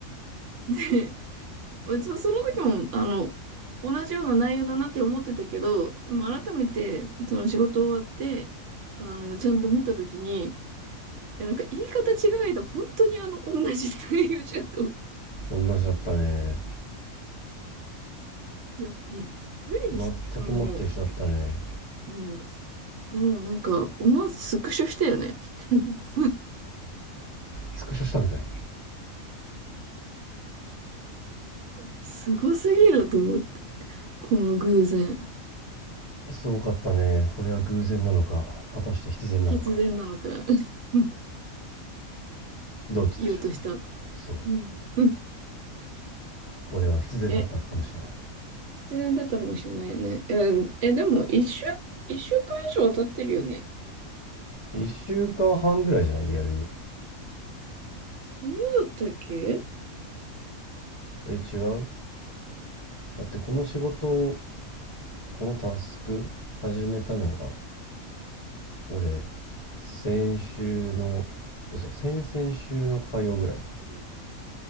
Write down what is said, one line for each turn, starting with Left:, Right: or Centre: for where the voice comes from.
Right: う。<laughs> で、まあそ、その時も、あの、同じような内容だなって思ってたけど、でも改めて、その仕事終わって、あの、ちゃんと見た時に、いやなんか言い方違えど、本当にあの、同じ内容じゃんと
Left: 同じだったね。
Right: いや、びっくりした。
Left: 全くもって一緒だったね。
Right: もう、うん、もうなんか、思わずスクショしたよね。<laughs>
Left: スクショしたんかい。
Right: すごすぎると思って、この偶然。
Left: すごかったね。これは偶然なのか、果たして必然なのか。
Right: 必然なのか、<laughs>
Left: どっちでしょう。
Right: 言おうとした。
Left: そう。
Right: うん、<laughs>
Left: これは必然だったかもしれない。
Right: え、必然だったかもしれないね。えー、えでも、一週、一週間以上は経ってるよね。
Left: 1週間半ぐらいじゃない、リアルに。
Right: そんなだったっけ
Left: え、違うだってこの仕事を、このタスク始めたのが俺、先週の、嘘、先々週の火曜ぐらいか。
Right: うん。